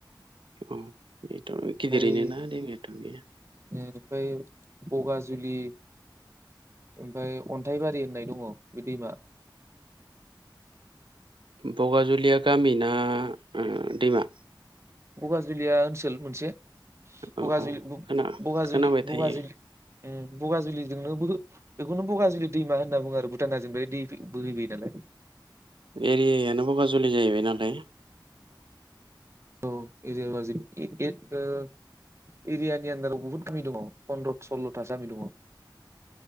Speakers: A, on the right (about 80°); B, on the right (about 35°).
A: अ बेथ
B: ओमफ्राय
A: गिदिरैनो ना दैमायाथ गैया
B: ओमफ्राय बगाजुलि ओमफाय अन्थाइबारि होननाय दङ बे दैमा।
A: बगाजुलिया गामिना ओ दैमा?
B: बगाजुलिया ओनसोल मोनसे। बगाजुलि
A: औ खोना
B: बगाजुलि
A: खोनाबाय
B: बगाजुलि
A: थायो
B: ओ बगाजुलिजोंनो बेखौनो बगाजुलि दैमा होनना बुङो आरो भुटान हाजोनिफ्रा दै बोहैबोयो नालाय।
A: एरियायानो बगाजुलि जाहैबाय नालाय।
B: औ एदिबाजै एके दो ओ एरियानि आन्दाराव बुहुत गामि दङ पन्दद्र' सल्ल'था गामि दङ।